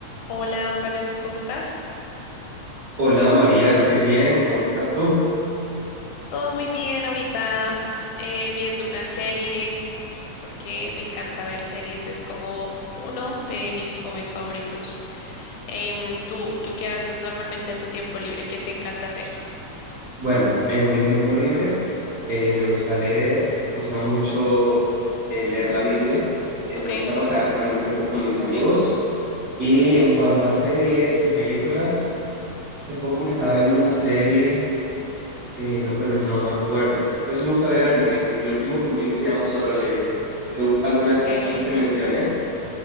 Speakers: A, on the left; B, on the right.
A: Hola, Faruk, ¿cómo estás?
B: Hola María, estoy bien, ¿cómo estás tú?
A: Todo muy bien ahorita eh, viendo una serie porque me encanta ver series, es como uno de mis hobbies favoritos. Em, ¿tú, tú qué haces normalmente en tu tiempo libre? ¿Qué te encanta hacer?
B: Bueno, en mi tiempo libre eh, me gusta leer, me gusta mucho
A: Ujú,
B: eh, leer la Biblia, eh,
A: Ok.
B: me gusta pasar también tiempo con mis amigos y en cuanto a series y películas, hace poco me estaba viendo una serie, eh, no, pero no me acuerdo, pero sí me gusta ver anime, el último que me vi se llama Solo Leveling. ¿Te gusta alguna
A: ok.
B: de estas cosas que mencioné?